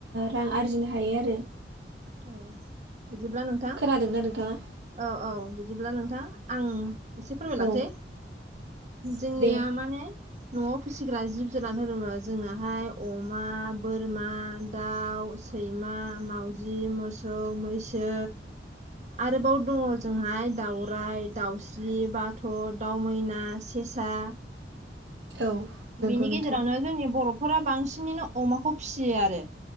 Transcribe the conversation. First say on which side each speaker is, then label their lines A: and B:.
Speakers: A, on the right (about 85°); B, on the right (about 40°).
A: रां ओ आरजिनो हायो आरो।
B: औ बिदिब्ला नों
A: खोनादोंना नोंथाङा?
B: औ औ बिदिब्ला नोंथां आं एसे फोरमायलांसै
A: औ
B: जोंनिया
A: दे
B: माने न'आव फिसिग्रा जिब जुनार होनोबा जोङाहाय अमा बोरमा दाउ सैमा मावजि मोसौ मैसो आरोबाव दङ जोंहाय दाउराय दाउस्रि बाथ' दाव मैना सेसा
A: औ नंगौ
B: बिनि गेजेरावनो
A: नोंथां
B: जोंनि बर'फोरा बांसिनैनो अमाखौ फिसियो आरो